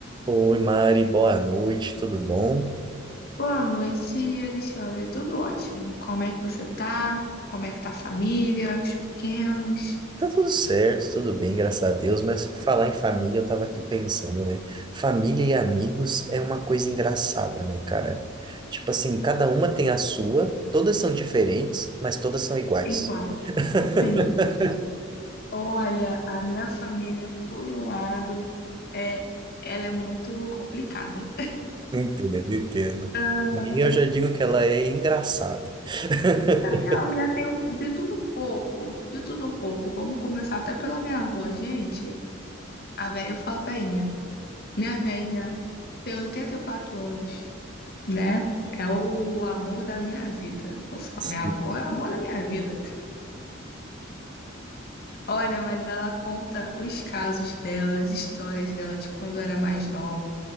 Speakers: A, on the right; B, on the left.
A: Oi, Mari, boa noite, tudo bom?
B: Boa noite, Alexandre. Tudo ótimo. Como é que você tá? Como é que tá a família, os pequenos?
A: Tá tudo certo, tudo bem, graças a Deus, mas falar em família, eu tava aqui pensando, né? Família e amigos é uma coisa engraçada, né, cara? Tipo assim, cada uma tem a sua, todas são diferentes, mas todas são iguais.
B: Igual.
A: <laughs>
B: Sim. Olha, a minha família, por um lado, é, ela é muito complicada.
A: Entendo, entendo.
B: Ah,
A: Minha, eu já digo que ela é engraçada. <laughs>
B: É, a minha tem um- de tudo um pouco, de tudo um pouco. Vamos começar até pela minha avó, gente. A vé... Eu falo veinha. Minha veinha tem 84 anos, né? É o amor da minha vida. Eu falo,
A: Sim.
B: minha avó é o amor da minha vida. Olha, mas ela conta os casos dela, as histórias dela de quando era mais nova,